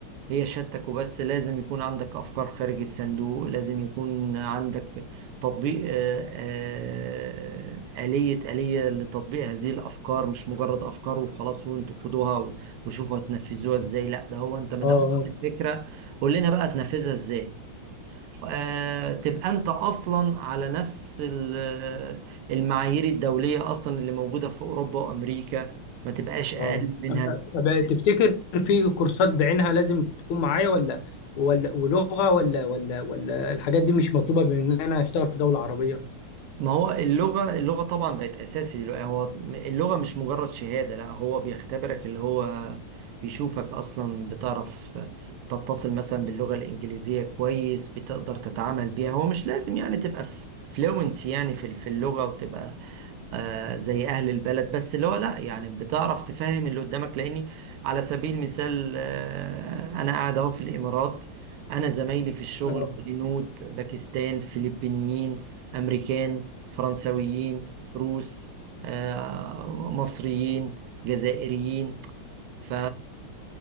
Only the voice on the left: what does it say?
اه
اه
اه
أب- أب- تفتكر في كورسات بعينها لازم تكون معايا ولا ولا ولغه ولا ولا ولا الحاجات دي مش مطلوبه بان انا اشتغل في دوله عربيه
اه